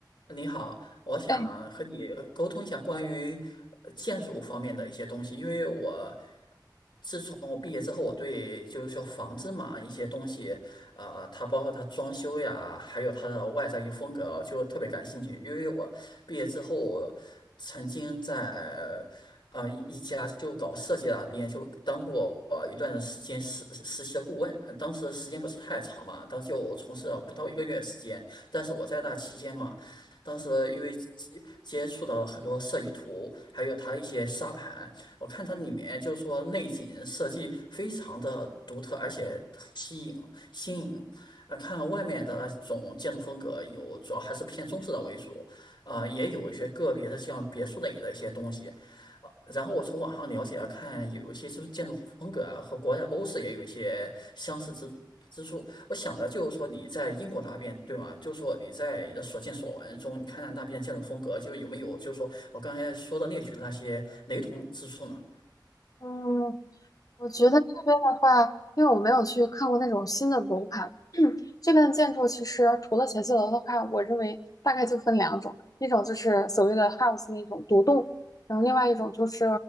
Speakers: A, on the left (about 90°); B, on the left (about 50°).
A: 你好，我想和你呃沟通一下关于呃建筑方面的一些东西，
B: 哎，
A: 因为我从我毕业之后，我对就是说房子嘛一些东西，啊、它包括它装修呀，还有它的外在一些风格，就特别感兴趣。因为我毕业之后曾经在啊、一一家就搞设计的那边就当过呃一段的时间实实习的顾问，呃当时时间不是太长嘛，当时就从事了不到一个月时间。但是我在那期间嘛，当时因为接接触到很多设计图，还有它一些沙盘。我看它里面就是说内景设计非常的独特，而且新颖。呃，看外面的那种建筑风格有，主要还是偏中式的为主，啊、也有一些个别的像别墅类的一些东西。呃，然后我从网上了解了看，有一些就是建筑风格啊，和国外的欧式也有一些相似之之处。我想着就是说你在英国那边对吗？就是说你在你的所见所闻中，你看看那边建筑风格，就有没有就是说我刚才说的列举的那些雷同之处呢？
B: 嗯，我觉得这边的话，因为我没有去看过那种新的楼盘，这边的建筑其实除了写字楼的话，我认为大概就分两种，一种就是所谓的 house 那种独栋，然后另外一种就是